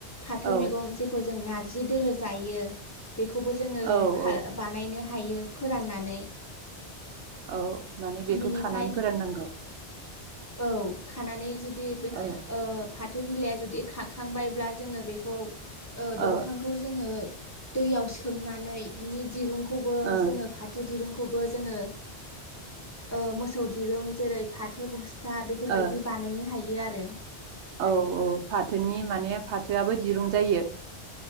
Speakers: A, on the left (about 15°); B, on the right (about 85°).
A: फाथो
B: औ
A: मेगं जेखौ जों जों नारजि दोलो जायो बेखौबो जोङो
B: औ
A: खा-
B: औ
A: बानायनो हायो फोराननानै
B: औ माने बेखौ
A: बिनिफ्राय
B: खानानै फोराननांगौ
A: औ खानानै जोब- <unintelligible>
B: औ
A: ओ फाथो बिलाइया जुदि खा- -खांबायब्ला जोङो बेखौ ओ
B: औ
A: दंफांखौ जोङो दैयाव सोमनानै बिनि दिरुं- -खौबो
B: ओ
A: जोङो फाथो दिरुंखौ -खौबो जोङो ओ मोसौ दिरुं जेरै फाथो बस- -था बेफोरबायदि
B: ओ
A: बानायनो हायो आ - -रो
B: औ औ फाथोनि माने फाथोआबो दिरुं जायो